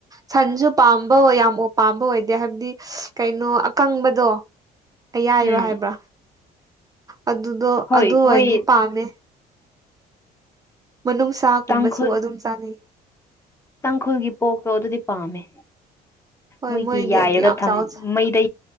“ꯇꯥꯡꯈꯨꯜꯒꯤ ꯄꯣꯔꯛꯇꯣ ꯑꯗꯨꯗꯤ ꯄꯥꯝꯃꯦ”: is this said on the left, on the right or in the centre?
Left